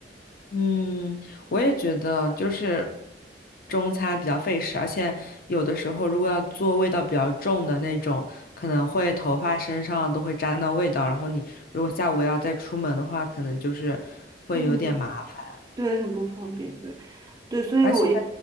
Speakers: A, on the left; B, on the right.
A: 嗯，我也觉得就是中餐比较费时，而且有的时候如果要做味道比较重的那种，可能会头发身上都会沾到味道，然后你如果下午要再出门的话，可能就是会有点麻烦。
B: 嗯，对，很不方便，对，对，所以我一，
A: 而且，